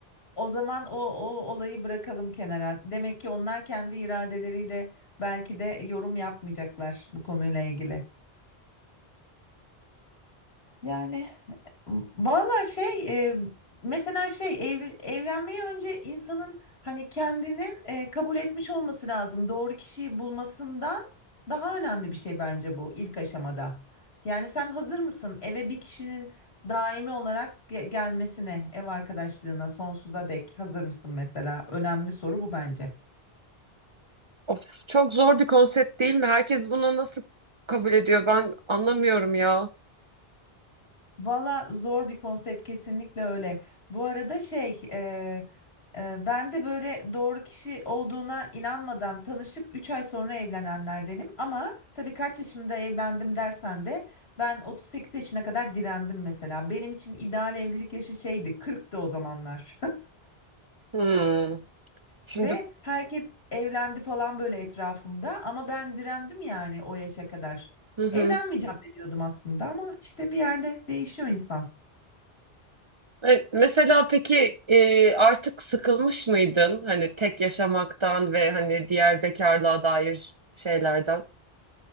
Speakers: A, on the left; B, on the right.
A: O zaman o, o olayı bırakalım kenara. Demek ki onlar kendi iradeleriyle belki de yorum yapmayacaklar bu konuyla ilgili. Yani valla şey e, mesela şey ev, evlenmeye önce insanın hani kendinin e, kabul etmiş olması lazım. Doğru kişiyi bulmasından daha önemli bir şey bence bu ilk aşamada. Yani sen hazır mısın eve bir kişinin daimi olarak ge- gelmesine, ev arkadaşlığına sonsuza dek hazır mısın mesela? Önemli soru bu bence.
B: Of, çok zor bir konsept değil mi? Herkes bunu nasıl kabul ediyor? Ben anlamıyorum ya.
A: Valla zor bir konsept kesinlikle öyle. Bu arada şey e, e, ben de böyle doğru kişi olduğuna inanmadan tanışıp 3 ay sonra evlenenlerdenim. Ama tabii kaç yaşımda evlendim dersen de ben 38 yaşına kadar direndim mesela. Benim için ideal evlilik yaşı şeydi 40'tı o zamanlar.
B: Hmm.
A: <laughs>
B: Şimdi
A: Ve herkes evlendi falan böyle etrafımda ama ben direndim yani o yaşa kadar.
B: Hı hı.
A: Evlenmeyeceğim de diyordum aslında ama işte bir yerde değişiyor insan.
B: E, Mesela peki e, artık sıkılmış mıydın? Hani tek yaşamaktan ve hani diğer bekarlığa dair şeylerden.